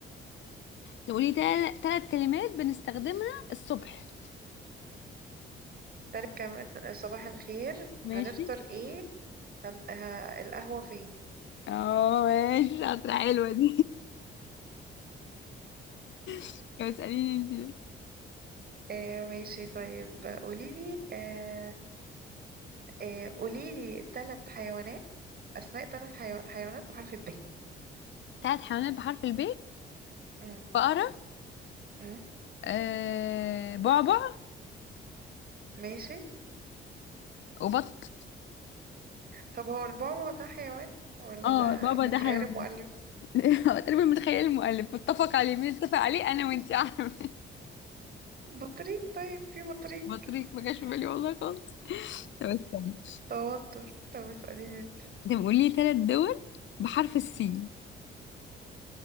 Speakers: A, on the left; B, on the right.
A: تقولي تل- تلات كلمات بنستخدمها الصبح
B: تالت كمان صباح الخير
A: ماشي
B: هنفطر ايه هن... ه... القهوة فين
A: اه ماشي شاطرة حلوة دي <laughs> طب اسأليني انت
B: آه ماشي طيب قوليلي آه آه قوليلي تلات حيوانات أسماء ثلاث حيو... حيوانات بحرف الب
A: تلات حيوانات بحرف الب
B: أم،
A: بقره
B: أم،
A: آه بعبع
B: ماشي
A: وبط
B: طب هو البعبع ده حيوان ولا
A: اه
B: ده
A: البابا
B: من
A: ده
B: خيال
A: حيوان
B: المؤلف
A: <laughs> هو تقريبا من خيال المؤلف اتفق عليه مين اتفق عليه انا
B: <laughs>
A: وانت <laughs> عارفه
B: بطريق طيب في بطريق
A: بطريق ما جاش في بالي والله خالص طب استنى
B: توتر طب اسأليني انت
A: انت بتقول لي ثلاث دول بحرف السين